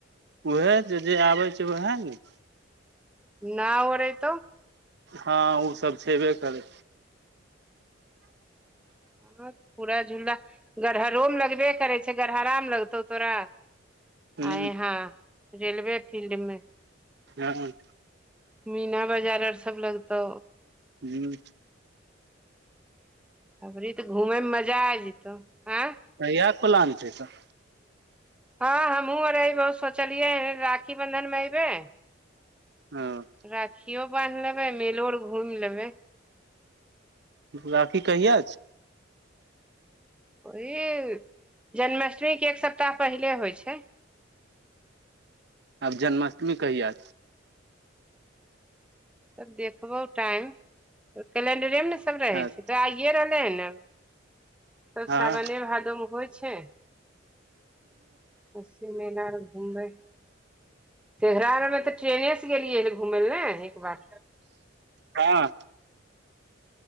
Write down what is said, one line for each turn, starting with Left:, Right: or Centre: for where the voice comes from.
Right: उह जे जे आबै छै ओएह ने
Centre: नहि, ओरै तऽ।
Right: हाँ ओ सब छेबे करै <unintelligible>
Centre: हँ, पूरा झूला। गरहरोमे लगबे करै छै गरहरामे लगतौ तोरा
Right: हूँ
Centre: आय हँ रेलवे फील्ड मे
Right: हँ
Centre: मीना बजार आओर सभ लगतौ।
Right: हूं
Centre: अबरी तऽ घूमय मे मजा आइ जेतौ आँय
Right: तहिय कोलान छै तऽ
Centre: हँ हमहूँ आर एबहु सोचलियै राखी बंधन मे एऐबे
Right: हँ
Centre: राखियो बान्ह लेबै मेलो आर घूमि लेबै
Right: राखी कहिया
Centre: ओह जन्माष्टमी के एक सप्ताह पहिले होइ छै
Right: आब जन्माष्टमी कहिआ
Centre: सब देखबौ टाइम कैलेंडरे मे ने सब रहै
Right: हँ
Centre: छै तऽ आ ए रहलै ह ने सब
Right: हँ
Centre: सावने भादोमे होइ छै अस्सी मना घुमबै तेघराारमे तऽ ट्रेने से गेलियै ह घूमय ल एक बार
Right: हँ